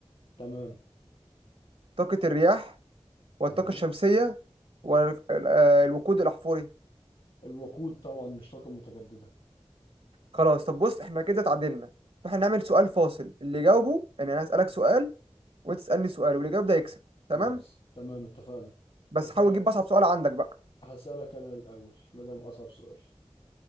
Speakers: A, on the left; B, on the right.
A: تمام
B: طاقة الرياح ولا
A: تمام
B: الطاقة الشمسية ولا الف- ال- آه، الوقود الأحفوري
A: الوقود طبعا مش طاقه متجدده
B: خلاص طب بص احنا كده اتعادلنا فاحنا نعمل سؤال فاصل اللي يجاوبه يعني انا هسألك سؤال وانت تسألني سؤال واللي يجاوب ده يكسب تمام
A: خلاص تمام اتفقنا
B: بس
A: هسألك
B: حاول تجيب اصعب سؤال عندك بقى
A: هسألك أنا الأول ما دام أصعب سؤال